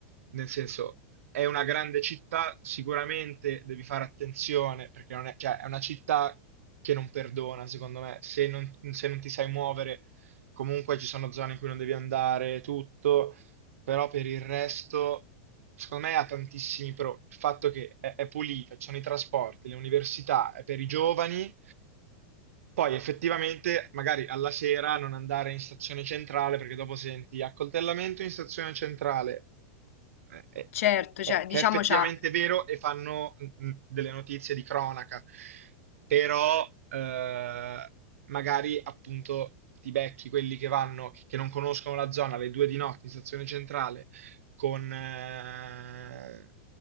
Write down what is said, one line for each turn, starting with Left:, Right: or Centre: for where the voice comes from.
Right: nel senso, è una grande città, sicuramente devi fare attenzione, perché non è, cioè, è una città che non perdona, secondo me. Se non, se non ti sai muovere, comunque ci sono zone in cui non devi andare, tutto però per il resto, secondo me ha tantissimi pro. Il fatto che è, è pulita, ci sono i trasporti, le università, è per i giovani. Poi effettivamente, magari alla sera non andare in stazione centrale perché dopo senti accoltellamento in stazione centrale eh, eh,
Left: certo,
Right: eh, eh,
Left: cioè,
Right: che
Left: diciamo
Right: è effettivamente
Left: c'ha,
Right: vero e fanno mm, mm, delle notizie di cronaca, però eh, magari appunto ti becchi quelli che vanno, che, che non conoscono la zona alle due di notte in stazione centrale, con... eh,